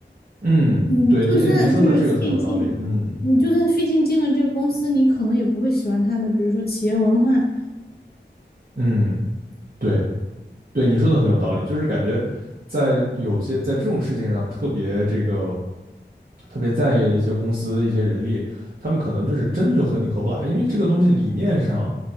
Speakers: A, on the right; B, on the left.
A: 嗯，
B: 你就算就是费劲，
A: 对你，哎，你说的这个很有道理。嗯
B: 你就算费劲进了这个公司，你可能也不会喜欢他的，比如说企业文化，
A: 嗯，对对，你说的很有道理，就是感觉在有些在这种事情上特别这个特别在意的一些公司、一些人力，他们可能就是真的就和你合不来，因为这个东西理念上